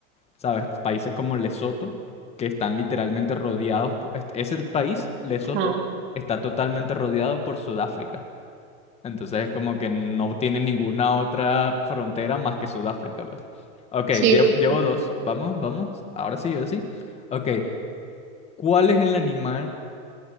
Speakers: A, on the left; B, on the right.
A: ¿sabes? Países como Lesoto, que están literalmente rodeados, po- es- ese país, Lesoto,
B: ajá,
A: está totalmente rodeado por Sudáfrica. Entonces es como que no tiene ninguna otra frontera más que Sudáfrica, pues. Ok,
B: Sí,
A: llevo,
B: sí,
A: llevo
B: sí.
A: dos. Vamos, vamos. Ahora sí, ahora sí. Ok, ¿cuál es el animal